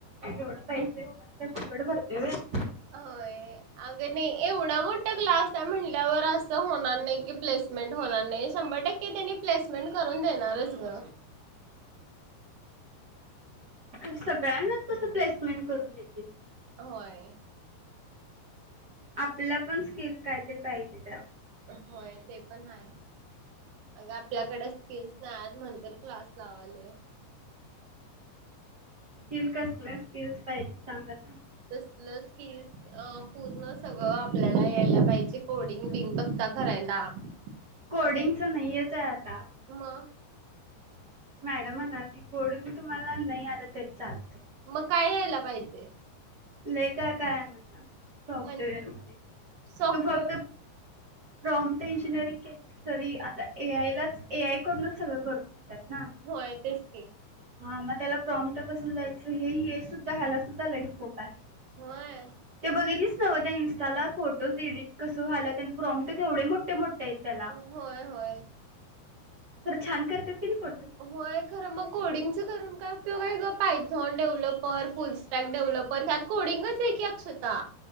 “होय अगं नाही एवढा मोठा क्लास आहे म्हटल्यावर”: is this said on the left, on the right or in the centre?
Right